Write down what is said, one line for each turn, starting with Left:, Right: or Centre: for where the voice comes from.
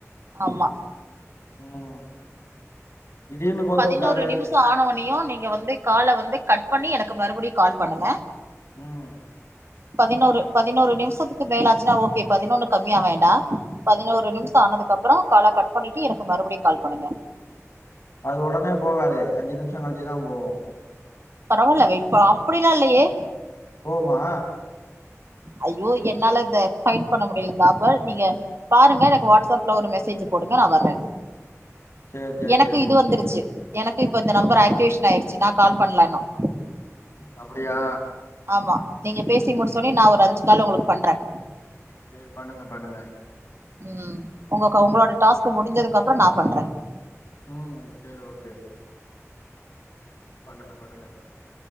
Right: ஆமா
Left: ம் திடீர்னு கோத்து
Right: பதினோரு
Left: வுட்டாரு
Right: நிமிஷம் ஆனவுடனையும் நீங்க வந்து கால வந்து கட் பண்ணி எனக்கு மறுபடியும் கால் பண்ணுங்க
Left: ம்
Right: பதினோரு பதினோரு நிமிஷத்துக்கு மேலாச்சுன்னா ஓகே பதினொன்னு கம்மியா வேண்டாம் பதினோரு நிமிஷம் ஆனதுக்கு அப்புறம் கால கட் பண்ணிட்டு எனக்கு மறுபடியும் கால் பண்ணுங்க
Left: அது உடனே போகாது அஞ்சு நிமிஷம் கழிச்சுதான் போகும்
Right: பரவாயில்ல வெயிட் அப்படியெலாம் இல்லையே
Left: போகுமா
Right: ஐயோ என்னால இத பைன் பண்ண முடியல பாபு நீங்க பாருங்க எனக்கு வாட்ஸ்அப்ல ஒரு மெசேஜ் போடுங்க நான் வர்றேன்
Left: சேரி சேரி
Right: எனக்கு
Left: சேரி
Right: இது
Left: ஓகே
Right: வந்துருச்சு
Left: ஓகே
Right: எனக்கு இப்ப இந்த நம்பர் ஆக்டிவேஷன் ஆயிருச்சு நான் கால் பண்ணலா இன்னும்
Left: அப்படியா
Right: ஆமா நீங்க பேசி முடிச்ச உடனேயே நான் ஒரு அஞ்சு கால் உங்களுக்கு பண்றேன்
Left: சரி பண்ணுங்க பண்ணுங்க
Right: ம் உங்க உங்களோட டாஸ்க் முடிஞ்சதுக்கு அப்புறம் நான் பண்றேன்
Left: ம் சரி ஓகே பண்ணுங்க பண்ணுங்க